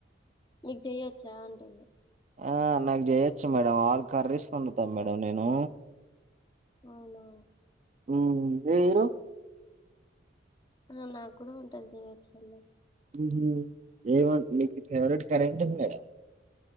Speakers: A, on the left; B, on the right.
A: మీకు చేయొచ్చా అంటున్న
B: ఆ నాకు చేయొచ్చు మేడం ఆల్ కర్రీస్ వండుతా మేడం నేను
A: అవునా
B: హ్మ్ ఏ హీరో
A: ఆ నాక్కూడా వంటలు చేయోచ్చండి
B: ఊహు ఏమ మీకు ఫేవరెట్ కర్రీ ఏంటిది మేడం